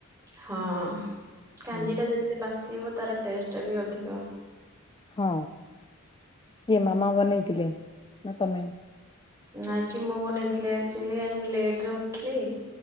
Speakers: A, on the right; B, on the left.
A: ହଁ କାଞ୍ଜି
B: ହୁଁ
A: ଟା ଯେତେ ବାସି ହେବ ତାର ଟେଷ୍ଟ ଟା ବି ଅଧିକ।
B: ହଁ କିଏ
A: ହୁଁ
B: ମାମା ବନେଇଥିଲେ ନା ତମେ?
A: ଆଜି ମୁଁ ବନେଇଥିଲି ଆକଚୁଆଲି ଆଜି ମୁଁ ଲେଟ ରେ ଉଠିଲି।